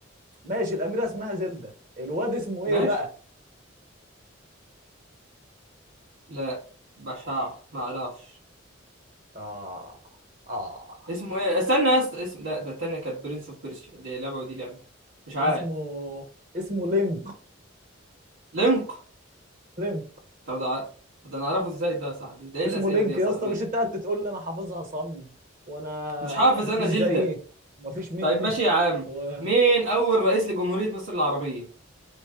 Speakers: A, on the right; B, on the right.
A: ماشي الأميرة اسمها زلدة الواد اسمه ايه
B: ماشي
A: بقى
B: لا مش هعرف ما اعرفش
A: اه اه
B: اسمه ايه استنى يا اسطى اسم لا ده التانية كانت برنس اوف بيرسيا دي لعبة ودي لعبة مش عارف
A: اسمه اسمه لينك
B: لينك
A: لينك
B: طب ده ع- ده انا اعرفه ازاي ده يا صاحبي ده ايه
A: اسمه
B: الاسئلة
A: لينك
B: دي يا
A: يا
B: صاحبي
A: اسطى مش انت قاعد تقول لي انا حافظها صم وانا
B: مش حافظ
A: مفيش
B: انا زلدة
A: زيي مفيش مني
B: طيب ماشي يا عم
A: و
B: مين اول رئيس لجمهورية مصر العربية